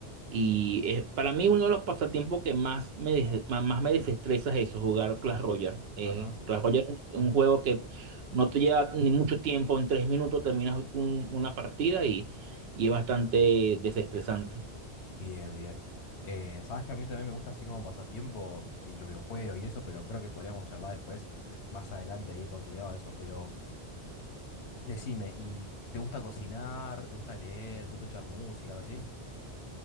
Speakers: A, on the right; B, on the left.
A: Y es, para mí uno de los pasatiempos que más me, des- ma- más me desestresa es eso, jugar Clash Royale. Eh,
B: Ajá.
A: Clash Royale es un juego que no te lleva ni mucho tiempo, en tres minutos terminas un- una partida y, y es bastante desestresante.
B: Bien, bien. Eh, sabes que a mí también me gusta así como pasatiempo y los videojuegos y eso, pero creo que podríamos charlar después, más adelante ahí por privado de eso. Pero decime, ¿y te gusta cocinar? ¿Te gusta leer? ¿Te gusta escuchar música, algo así?